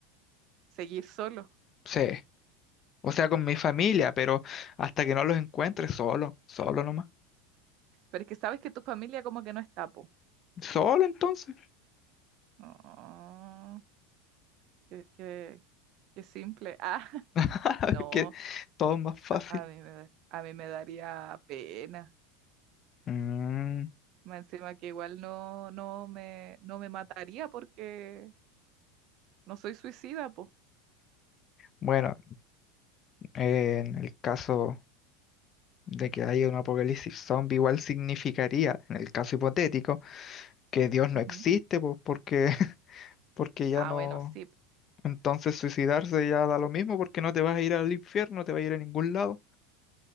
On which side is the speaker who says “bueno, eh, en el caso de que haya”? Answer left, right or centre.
Left